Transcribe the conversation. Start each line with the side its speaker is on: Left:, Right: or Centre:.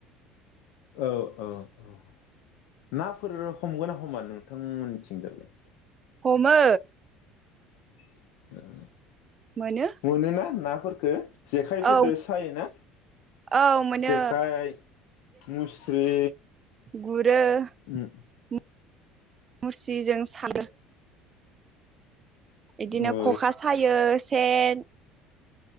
Left: औ औ औ नाफोर हमगो ना हमा नोंथां मोननिथिंजालाय?
Right: हमो।
Left: <inaudible>
Right: मोनो
Left: मोनोना ना? फोरखो जेखाइफोरदो
Right: औ
Left: सायोना
Right: औ मोनो
Left: जेखाइ, मुस्रि
Right: गुर गुरो
Left: उम
Right: मुस्रिजों सानो इदिनो
Left: ओ
Right: ख'खा सायो सेन